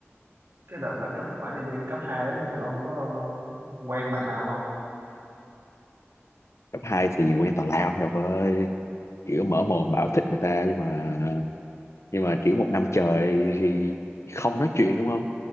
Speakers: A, on the right; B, on the left.
A: cái đợt khoảng cấp khoảng thời gian cấp 2 đấy thì ông có quen bạn nào không?
B: cấp hai thì quen tào lao rồi ông ơi kiểu mở mồm bảo thích người ta nhưng mà nhưng mà kiểu một năm trời thì không nói chuyện đúng không